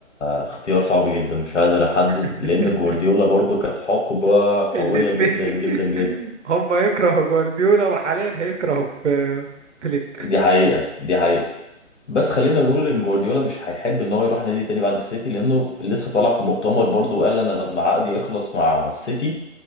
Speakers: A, on the left; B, on the right.
A: اختيار صعب جدا مش قادر احدد
B: <laughs>
A: لان جوارديولا برضو كانت حقبة قوية
B: الاتنين
A: جدا
B: <laughs>
A: جدا جدا
B: هما يكرهوا جوارديولا وحاليا هيكرهوا في فليك
A: دي حقيقة دي حقيقة بس خلينا نقول ان جوارديولا مش هيحب ان هو يروح نادي تاني بعد السيتي لانه لسه طالع في مؤتمر برضه قال انا لما عقدي يخلص مع السيتي